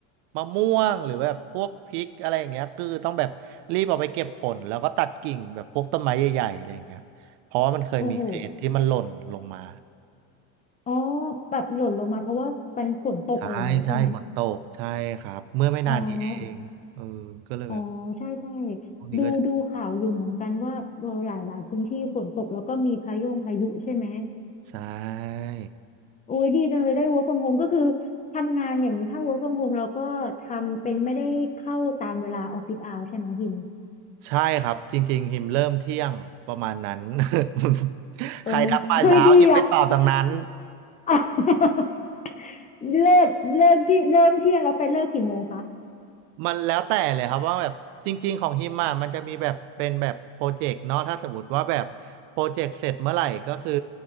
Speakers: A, on the right (about 65°); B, on the left (about 20°).
A: มะม่วงหรือแบบพวกพริกอะไรอย่างเงี้ยคือต้องแบบรีบเอาไปเก็บผลแล้วก็ตัดกิ่งแบบพวกต้นไม้ใหญ่ๆอะไรอย่างเงี้ยเพราะว่ามันเคยมีเคสที่มันหล่นลงมา
B: โอ้โห อ๋อแบบหล่นลงมาเพราะว่าเป็นฝนตกอะไรอย่างนี้ใช่ไหม
A: ใช่ใช่ฝนตกใช่ครับเมื่อไม่นานนี้เองเออก็เลยแบบ
B: อ๋ออ๋อใช่ใช่
A: พวกนี้ก็
B: ดูดูข่าวอยู่เหมือนกันว่าเออหลายหลายพื้นที่ฝนตกแล้วก็มีพายุพายุใช่ไหม
A: ใช่
B: โอ้ยดีจังเลยได้ work from home ก็คือทำงานอย่างนี้ถ้า work from home เราก็ทำเป็นไม่ได้เข้าตามเวลาออฟฟิศเอาใช่ไหมพิม
A: ใช่ครับจริงๆหิมเริ่มเที่ยงประมาณนั้น <laughs>
B: โอ้เฮ้ยดีอ่ะ
A: ใครทักมาเช้าหิมไม่ตอบดังนั้น
B: <laughs> เลิกเลิกที่เริ่มเที่ยงแล้วไปเลิกกี่โมงคะ
A: มันแล้วแต่เลยครับว่าแบบจริงๆของฮิมอ่ะมันจะมีแบบเป็นแบบโปรเจกต์เนาะถ้าสมมติว่าแบบโปรเจกต์เสร็จเมื่อไหร่ก็คือ